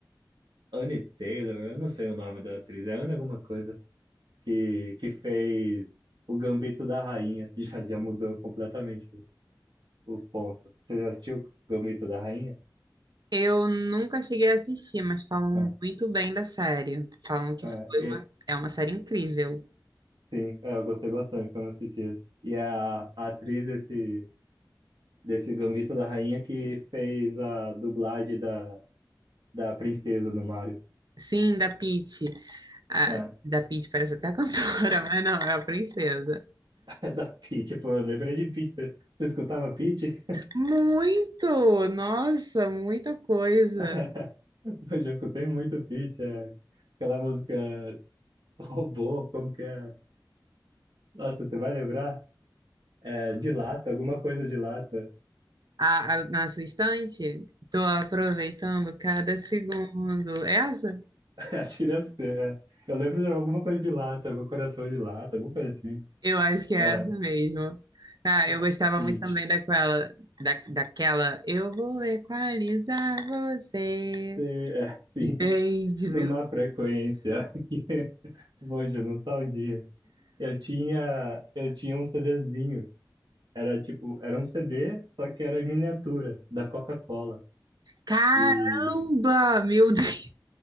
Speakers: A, on the right; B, on the right.
A: Anne Taylor, eu não sei o nome da atriz, é Anne alguma coisa, que, que fez o Gambito da Rainha. <laughs> Já, já mudou completamente o, o ponto. Você já assistiu o Gambito da Rainha?
B: Eu nunca cheguei a assistir, mas falam
A: Ah,
B: muito bem da série. Falam que
A: ah,
B: foi
A: e-
B: uma, é uma série incrível.
A: sim, é, eu gostei bastante quando assisti esse. E a, a atriz desse, desse Gambito da Rainha que fez a dublagem da, da princesa no Mario,
B: Sim, da Peach. Ah,
A: né?
B: da Peach parece até a cantora, <laughs> mas não, é a princesa.
A: <laughs> Da Peach, pô, eu lembrei de Peach. Você, você escutava Peach?
B: Muito! Nossa, muita coisa.
A: <laughs> Eu já escutei muito Peach, é. Aquela música Robô, como que é? Nossa, você vai lembrar? É, de lata, alguma coisa de lata.
B: A, a- na sua estante? Tô aproveitando cada segundo. É Essa?
A: <laughs> Acho que deve ser. é. Eu lembro de alguma coisa de lata, meu coração de lata, alguma coisa assim.
B: Eu acho que
A: Aquela.
B: é essa mesmo. Ah, eu gostava
A: Hit.
B: muito também daquela, da, daquela. Eu vou equalizar você.
A: É, sim,
B: Gente, meu.
A: numa frequência. <laughs> Poxa, nostalgia. Eu tinha, eu tinha um CDzinho. Era tipo, era um CD, só que era em miniatura, da Coca-Cola.
B: Caramba!
A: E,
B: Meu <laughs> Deus!